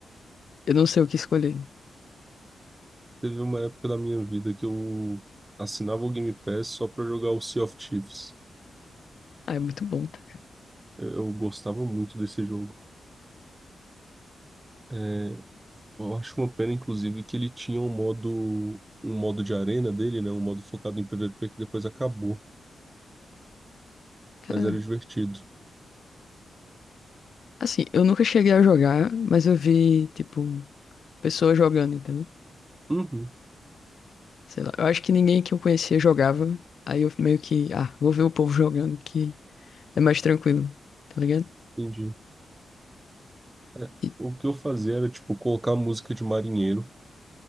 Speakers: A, on the left; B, on the right.
A: eu não sei o que escolher.
B: Teve uma época da minha vida que eu assinava o Game Pass só pra jogar o Sea of Thieves.
A: Ah, é muito bom, tá?
B: Eu, eu gostava muito desse jogo. É, eu acho uma pena, inclusive, que ele tinha um modo, um modo de arena dele, né? Um modo focado em PVP que depois acabou,
A: Cara,
B: mas era divertido.
A: assim, eu nunca cheguei a jogar, mas eu vi, tipo, pessoas jogando, entendeu?
B: Uhum.
A: Sei lá, eu acho que ninguém que eu conhecia jogava. Aí eu meio que, ah, vou ver o povo jogando que é mais tranquilo, tá ligado?
B: Entendi. É,
A: E,
B: O que eu fazia era, tipo, colocar música de marinheiro.